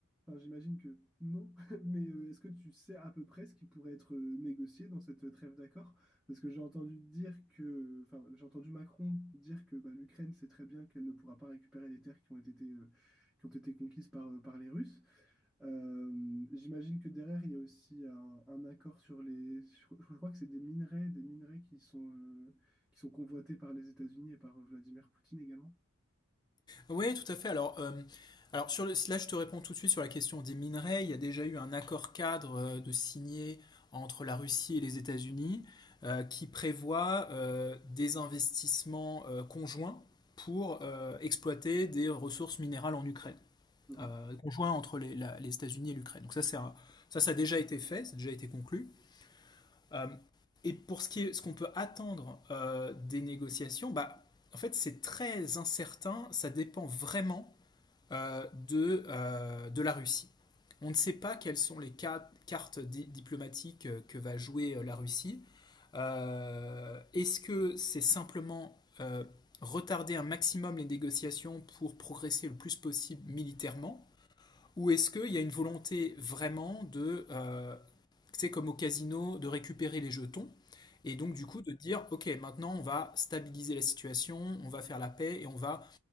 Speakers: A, in the centre; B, on the left.
A: enfin, j'imagine que non, <laughs> mais euh, est-ce que tu sais à peu près ce qui pourrait être euh, négocié dans cette euh, trêve d'accord? Parce que j'ai entendu dire que, enfin, j'ai entendu Macron dire que bah, l'Ukraine sait très bien qu'elle ne pourra pas récupérer les terres qui ont été, euh, qui ont été conquises par, euh, par les Russes. Euh, j'imagine que derrière, il y a aussi un, un accord sur les, sur- je crois que c'est des minerais, des minerais qui sont, euh, qui sont convoités par les États-Unis et par euh, Vladimir Poutine également.
B: Oui, tout à fait. Alors, euh, alors sur le, là, je te réponds tout de suite sur la question des minerais. Il y a déjà eu un accord cadre euh, de signé entre la Russie et les États-Unis euh, qui prévoit euh, des investissements euh, conjoints pour euh, exploiter des ressources minérales en Ukraine,
A: Mhm.
B: euh, conjoints entre les, la- les États-Unis et l'Ukraine. Donc ça, c'est un- ça, ça a déjà été fait, ça a déjà été conclu. Euh, et pour ce qui est, ce qu'on peut attendre euh, des négociations, bah, en fait, c'est très incertain. Ça dépend vraiment euh, de, euh, de la Russie. On ne sait pas quelles sont les ca- cartes di- diplomatiques euh, que va jouer euh, la Russie. Euh, Est-ce que c'est simplement euh, retarder un maximum les négociations pour progresser le plus possible militairement Ou est-ce qu'il y a une volonté vraiment de, euh, c'est comme au casino, de récupérer les jetons et donc du coup de dire, ok, maintenant on va stabiliser la situation, on va faire la paix et on va